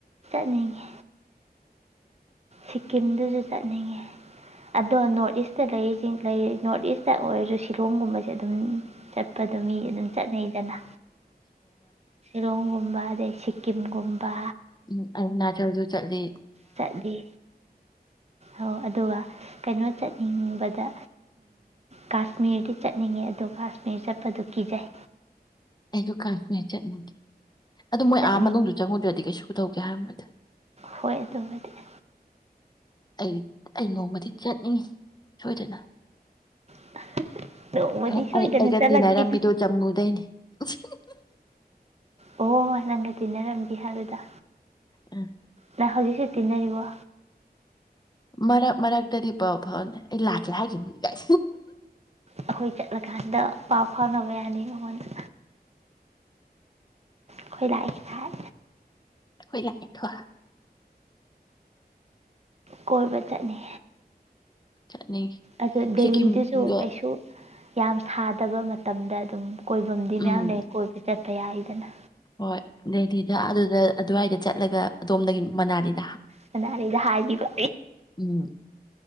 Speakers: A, on the right (about 40°); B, on the left (about 25°).
A: ꯆꯠꯅꯤꯡꯉꯦ ꯁꯤꯛꯀꯤꯝꯗꯨꯁꯨ ꯆꯠꯅꯤꯡꯉꯦ ꯑꯗꯣ ꯅꯣꯔꯠ ꯏꯁꯇ ꯂꯩꯔꯤ ꯅꯣꯔꯠ ꯏꯁꯇ ꯑꯣꯏꯔꯁꯨ ꯁꯤꯂꯣꯡꯒꯨꯝꯕꯁꯦ ꯑꯗꯨꯝ ꯆꯠꯄ ꯆꯠꯄꯗꯣ ꯃꯤ ꯑꯗꯨꯝ ꯆꯠꯅꯩꯗꯅ ꯁꯤꯂꯣꯡꯒꯨꯝꯕ ꯑꯗꯩ ꯁꯤꯀꯤꯝꯒꯨꯝꯕ
B: ꯎꯝ ꯑꯔꯨꯅꯥꯆꯜꯁꯨ ꯆꯠꯂꯤ
A: ꯆꯠꯂꯤ ꯑꯣ ꯑꯗꯨꯒ ꯀꯩꯅꯣ ꯆꯠꯅꯤꯡꯕꯗ ꯀꯥꯁꯃꯤꯔꯗꯤ ꯆꯠꯅꯤꯡꯉꯦ ꯑꯗ ꯀꯥꯁꯃꯤꯔ ꯆꯠꯄꯗꯨ ꯀꯤꯖꯩ
B: ꯑꯩꯗꯨ ꯀꯥꯟꯥꯁꯃꯤꯔ ꯆꯠꯅꯤ ꯑꯗꯨ ꯃꯣꯏ
A: ꯆꯠꯅꯤꯡꯉꯦ
B: ꯑꯥ ꯃꯅꯨꯡꯗꯨ ꯆꯪꯉꯨꯗ꯭ꯔꯗꯤ ꯀꯩꯁꯨ ꯄꯨꯊꯣꯛꯀꯦ ꯍꯥꯏꯔꯝꯃꯣꯏꯗ
A: ꯍꯣꯏ ꯑꯗꯨ ꯑꯗꯨꯉꯥꯏꯗꯤꯦ
B: ꯑꯩ ꯑꯩ ꯅꯣꯡꯃꯗꯤ ꯆꯠꯅꯤꯡꯉꯤ ꯁꯣꯏꯗꯅ
A: <unintelligible>
B: ꯑꯩ
A: ꯁꯣꯏꯗꯅ
B: ꯑꯩꯒ
A: ꯆꯠꯂꯛꯈꯤꯅꯤ
B: ꯇꯤꯟꯅꯔꯝꯕꯤꯗꯣ ꯖꯃꯨꯗꯩꯅꯤ <unintelligible>
A: ꯑꯣ ꯅꯪꯒ ꯇꯤꯟꯅꯔꯝꯒꯦ ꯍꯥꯏꯕꯗ
B: ꯑ
A: ꯅꯈꯖꯤꯁꯤ ꯇꯟꯅꯔꯔꯤꯕ
B: ꯃꯔꯛ ꯃꯔꯛꯇꯗꯤ ꯕꯥꯎ ꯐꯥꯎꯅꯦ ꯑꯩ ꯂꯥꯛꯀꯦ ꯍꯥꯏꯈꯤꯕꯅꯤꯒꯥꯏ
A: ꯑꯩꯈꯣꯏ ꯆꯠꯂꯀꯥꯟꯗ ꯄꯥꯎ ꯐꯥꯎꯅꯕ ꯌꯥꯅꯤ ꯃꯉꯣꯟꯗ ꯈꯣꯏ ꯂꯥꯛ ꯈꯥꯏ
B: ꯍꯣꯏ ꯂ ꯀꯦ ꯊ
A: ꯀꯣꯏ ꯃꯆꯠꯅꯤ
B: ꯆꯠꯅꯤꯡꯉꯤ
A: ꯑꯗꯨ ꯗꯦꯜꯂꯤꯗꯨꯁꯨ
B: ꯁꯤꯀꯤꯝꯒ
A: ꯀꯩꯁꯨ ꯌꯥꯝ ꯁꯥꯗꯕ ꯃꯇꯝꯗ ꯑꯗꯨꯝ ꯀꯣꯏꯕꯝꯗꯤ
B: ꯎꯝ
A: ꯃꯌꯥꯝ ꯂꯩ ꯀꯣꯏ ꯆꯠ ꯀꯌꯥꯏꯗꯅ
B: ꯍꯣꯏ ꯗꯦꯗꯤꯗ ꯑꯗꯨꯗ ꯑꯗꯨꯋꯥꯏꯗ ꯆꯠꯂꯒ ꯑꯗꯣꯝꯗꯒꯤ ꯃꯅꯥꯂꯤ
A: ꯀꯅꯥꯔꯗ ꯍꯥꯏꯈꯤꯕ
B: ꯎꯝ